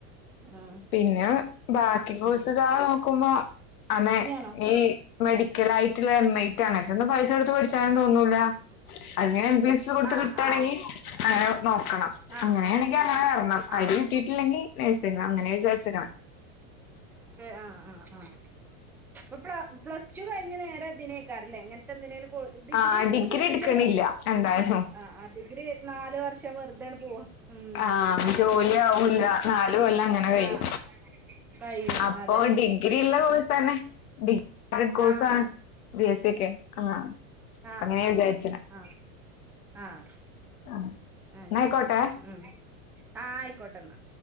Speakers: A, in the centre; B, on the left.
A: ആഹ്
B: പിന്നെ ബാക്കി കുച്ച് ചാെ നോക്കുമ്പോ അന
A: ഇഞ്ഞാണോ
B: ഈ മെഡിക്കലായിട്ടുള്ള എം ഐ ണ്റ്റൊന്നും പൈസ കൊടുത്ത് പഠിച്ചാനും തോന്നൂല്ല അതിങ്ങനെ എൽ ബി എസ് കൊടുത്ത്
A: ആഹ്
B: കിട്ടയാണെങ്കിൽ
A: ആഹ്
B: അങ്ങനെ നോക്കണം
A: ആഹ്
B: അങ്ങനെയാണെങ്കിൽ
A: ആഹ്
B: അങ്ങനെ തരണം അയിന്
A: ആഹ്
B: കിട്ടിട്ടില്ലെങ്കിൽ നഴ്സിംഗ് അങ്ങനെ വിചാരിച്ചണം
A: ആഹ് ആഹ് ആഹ അപ്പ പ്ലസ് ടു കഴിഞ്ഞ് നേരെ ഇതിന് അങ്ങനത്തെന്തിലാലും ഡിഗ്രി
B: ആ
A: ഒക്കെ പോയിട്ടില്ലല്ലോ
B: എടുക്കണില്ല എന്തായാലും
A: ആ ആ ഡിഗ്രി നാല് വർഷം വെറുതാണ് പോവാ ഉം
B: ആഹ ജോലി ആവില്ല നാല് കൊല്ലം അങ്ങനെ കഴും
A: ആഹ് കഴിയും
B: അപ്പൊ
A: അതെ
B: ഡിഗ്രിള്ള കോഴ്സ് തന്നെ ഡി കോഴ്സ
A: ആഹ്
B: ബി എസ് സക്ക് ആ
A: ആഹ
B: അങ്ങനെ
A: ആഹ്
B: വിചാരിച്ചേ
A: ആഹ ആഹ
B: ആ
A: ആഹ
B: എന്നായിക്കോട്ടെ
A: ശരി ഉം ആ ആയിക്കോട്ടെ എന്നാ